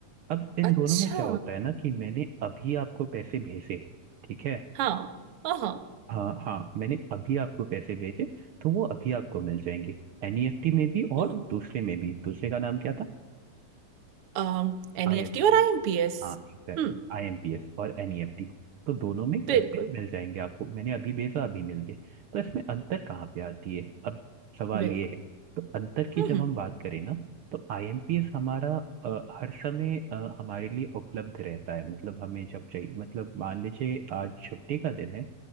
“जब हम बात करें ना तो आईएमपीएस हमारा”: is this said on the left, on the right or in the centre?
Right